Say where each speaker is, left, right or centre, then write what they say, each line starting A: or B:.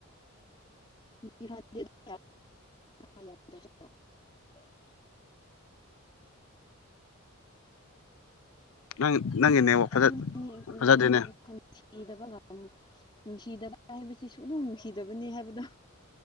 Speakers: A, on the left; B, on the left.
A: <unintelligible>
B: ꯅꯪ ꯅꯪꯒꯤ
A: ꯑꯁ
B: ꯅꯦꯠꯋꯥꯛ ꯐꯖ
A: ꯑꯗꯨꯅꯤ
B: ꯐꯖꯗꯦꯅꯦ
A: ꯑ ꯅꯨꯡꯁꯤꯗꯕ ꯅꯨꯡꯁꯤꯗꯕ ꯍꯥꯏꯕꯁꯤ ꯁꯨꯡꯗꯝ ꯅꯨꯡꯁꯤꯗꯕꯅꯤ ꯍꯥꯏꯕꯗꯣ